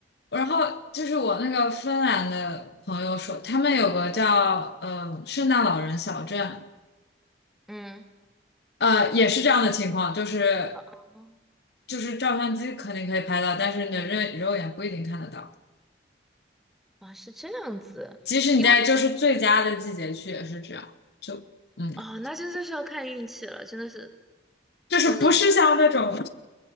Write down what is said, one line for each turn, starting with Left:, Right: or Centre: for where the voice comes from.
Left: 然后就是我那个芬兰的朋友说，他们有个叫呃圣诞老人小镇，
Centre: 嗯，
Left: 呃也是这样的情况，就是
Centre: 哦，
Left: 就是照相机肯定可以拍到，但是你的肉肉眼不一定看得到，
Centre: 哇，是这样子，
Left: 即使你在就是最佳的季节去也是这样，
Centre: 因为 <laughs>
Left: 就嗯。
Centre: 哦，那真的是要看运气了，真的是，
Left: 就是不是像那种
Centre: 就是